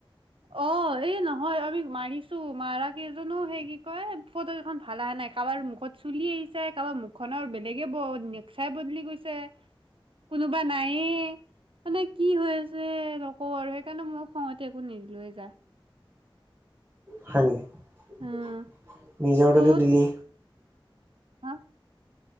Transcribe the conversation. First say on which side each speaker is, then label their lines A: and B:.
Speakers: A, on the right (about 70°); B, on the right (about 25°).
A: অ এই নহয় আমি মাৰিছো মাৰা কেইজনো সেই কি কয় ফটো কেইখন ভাল আহা নাই কাবাৰ মুখত চুলি আহিছে কাবা মুখখননৰ বেলেগে ব চাই ব <unintelligible> গৈছে কোনোবা নাইয়ে মানে কি হৈ আছে নকওঁ আৰু সেইকাৰণে মই খঙতে একো নিদিলোৱে যা
B: হয় নেকি
A: উম
B: নিজৰততো
A: তত
B: দিলি
A: হা